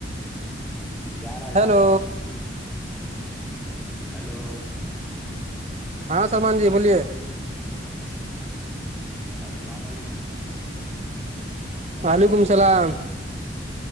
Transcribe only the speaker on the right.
ہیلو
ہاں سلمان جی بولیے
وعلیکم السلام